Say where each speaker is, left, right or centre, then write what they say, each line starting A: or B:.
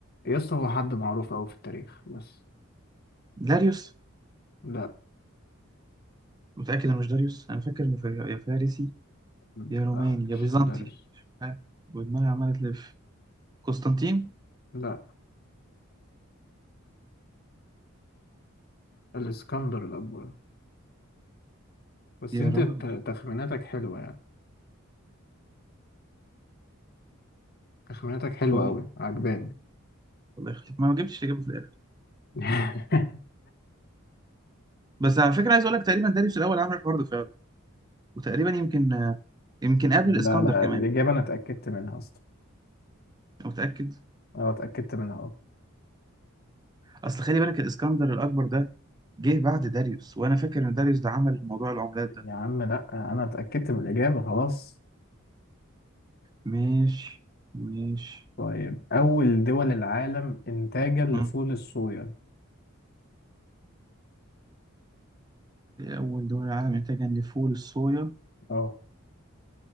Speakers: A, on the left (about 45°); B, on the right (about 20°).
A: يا اسطى هو حد معروف أوي في التاريخ بس
B: داريوس
A: لا
B: متأكد إنه مش داريوس أنا فاكر إنه فا- يا فارسي
A: لا
B: يا روماني
A: مش
B: يا بيزنطي
A: درج
B: ها، ودماغي عمالة تلف قسطنطين
A: لا الاسكندر الأكبر بس
B: يا
A: أنت
B: راجل
A: ت- تخميناتك حلوة يعني تخميناتك حلوة
B: طيب
A: أوي عجباني
B: الله يخليك ما ما جبتش تجيبه في الاخر
A: <laughs>
B: بس على فكره عايز اقول لك تقريبا داريوس الاول عمل الحوار ده فعلا وتقريبا يمكن آه، يمكن قبل
A: لا
B: الاسكندر
A: لا
B: كمان
A: الإجابة أنا اتأكدت منها أصلا
B: انا متاكد
A: أه اتأكدت منها أه
B: اصل خلي بالك الاسكندر الاكبر ده جه بعد داريوس وانا فاكر ان داريوس ده عمل موضوع العملات ده
A: يا عم لا أنا اتأكدت من الإجابة خلاص
B: مش مش
A: طيب أول دول العالم إنتاجا لفول
B: مم.
A: الصويا
B: اول دول العالم انتاجا لفول الصويا
A: أه